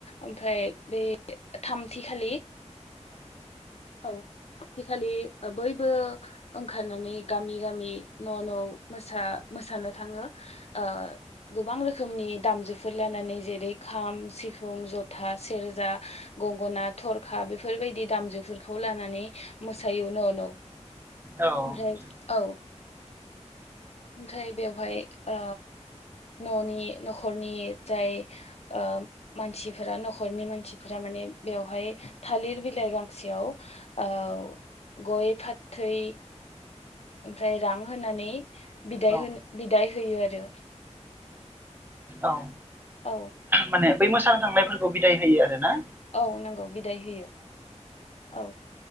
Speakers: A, on the left (about 60°); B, on the right (about 15°).
A: ओमफ्राय बेै थामथिखालि औ हैखालि बयबो ओंखारनानै गामि गामि न' न' मोसा मोसानो थाङो ओ गोबां रोखोमनि दामजुफोर लानानै जेरै खाम सिफुं जथा सेरजा गंगना थरखा बेफोरबायदि दामजुफोरखौ लानानै मोसायो न' न' ओमफ्राय
B: औ
A: औ ओमफ्राय बेवहाय ओ न'नि न'खरनि जाय ओ मानसिफोरा न'खरनि मानसिफोरा माने बेवहाय थालिर बिलाइ गांसेयाव ओ गय फाथै ओमफ्राय रां होनानै बिदाय
B: औ
A: होन बिदाय होयो आरो
B: औ
A: औ ओमफ्राय
B: माने बै मोसानो थांनायफोरखौ बिदाय होयो आरो ना।
A: औ नंगौ बिदाय होयो औ।